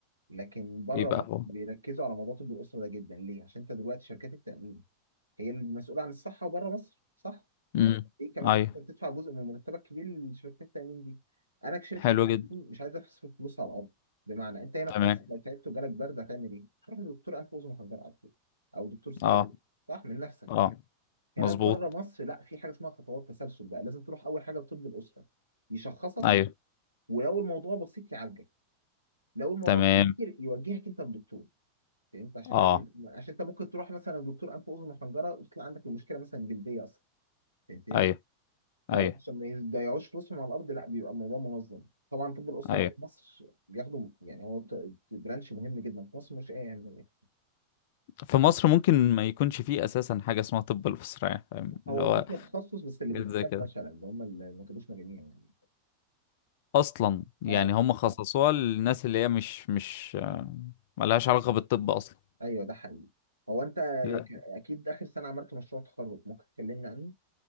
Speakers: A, on the right (about 85°); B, on the left (about 50°).
A: لكن بره
B: يبقى
A: مصر
B: هو
A: بيركزوا على موضوع طب الاسره ده جدا ليه؟ عشان انت دلوقتي شركات التامين هي المسؤوله عن الصحه بره مصر صح؟
B: امم
A: انت مثلا
B: ايوه
A: انت بتدفع جزء من مرتبك كبير لشركات التامين دي انا كشركه
B: حلو جدا
A: تأمين مش عايز اصرف فلوس على الارض بمعنى انت هنا
B: تمام
A: في مصر لو تعبت وجالك برد هتعمل ايه؟ تروح لدكتور انف واذن وحنجره على طول او دكتور صيدلي
B: اه
A: صح من نفسك
B: اه
A: هناك
B: مظبوط
A: بره مصر لا في حاجه اسمها خطوات تسلسل بقى لازم تروح اول حاجه لطب الاسره يشخصك
B: ايوه
A: ولو الموضوع بسيط يعالجك لو الموضوع
B: تمام
A: كتير يوجهك انت للدكتور فهمت عشان
B: اه
A: أنا... عشان انت ممكن تروح مثلا لدكتور انف واذن وحنجره وتطلع عندك المشكله مثلا جلديه اصلا فهمتني
B: ايوه
A: فهو
B: ايوه
A: عشان ما يضيعوش فلوسهم على الارض لا بيبقى الموضوع منظم طبعا طب الاسره
B: ايوه
A: بقى في مصر بياخدوا يعني هو ت- برانش مهم جدا في مصر مش ايه يعني
B: في مصر ممكن ما يكونش فيه اساسا حاجة اسمها طب الأسرة يعني فاهم اللي
A: هو
B: هو
A: في كده تخصص بس اللي
B: حاجات
A: بيخشها
B: زي كده
A: فشله اللي هم اللي ما كانوش مجانين يعني
B: اصلا يعني
A: اه
B: هم خصصوها للناس اللي هي مش مش آه، ملهاش علاقة بالطب اصلا
A: ايوه ده حقيقي هو انت
B: لا
A: ك- اكيد اخر سنه عملت مشروع تخرج ممكن تكلمني عنه